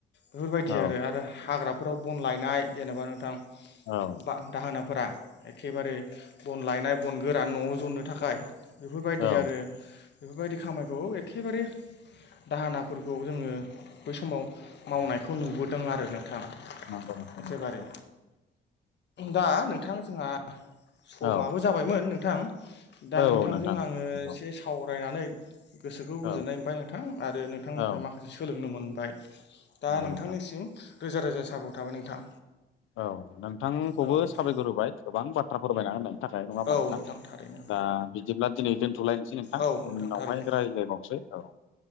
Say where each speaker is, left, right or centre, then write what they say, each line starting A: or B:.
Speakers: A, on the left; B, on the left.
A: बेफोरबायदि
B: औ
A: आरो आरो हाग्राफोराव बन लायनाय जेनेबा नोंथां
B: औ
A: बा दाहोनाफोरा एखेबारे बन लायनाय बन गोरान न'आव जननो थाखाय बेफोरबायदि
B: औ
A: आरो बेफोरबायदि खामायखौ एखेबारे दाहोनाफोरखौ जोङो बै समाव मावनायखौ नुबोदों आरो नोंथां
B: <unintelligible>
A: एखेबारे दा नोंथां जोंहा समाबो
B: औ
A: जाबायमोन नोंथां दा
B: औ
A: नोंथांजों
B: नोंथां
A: आङो
B: नंगौ
A: एसे सावरायनानै गोसोखौ गोजोननाय
B: औ
A: मोनबाय नोंथां आरो नोंथांनिफ्राय
B: औ
A: माखासे सोलोंनो मोन दा
B: नंगौ
A: नोंथांनिसिम
B: नोंथां
A: रोजा रोजा साबायखर थाबाय नोंथां
B: औ नोंथांखौबो
A: औ नोंथां
B: साबायखर होबाय गोबां बाथ्रा फोरमायना होननायनि थाखाय नङा होमबा
A: औ
B: नोंथां
A: थारैनो
B: दा बिदिब्ला दिनै दोनथ'लायनोसै नोंथां
A: औ
B: उन्नावहाय
A: थारैनो
B: रायलायबावसै औ